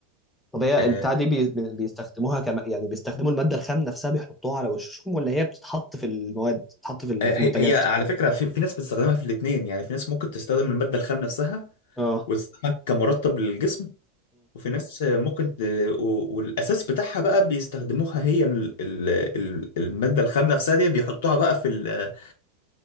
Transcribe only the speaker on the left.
آه،
آه،
هي
هي على فكرة في, في ناس بتستخدمها في الاتنين يعني في ناس ممكن تستخدم المادة الخام نفسها
وتستخدمها كمرطب للجسم وفي ناس آه، ممكن ت- و- والأساس بتاعها بقى بيستخدموها هي ال- ال- ال- المادة الخام نفسها دي بيحطوها بقى في ال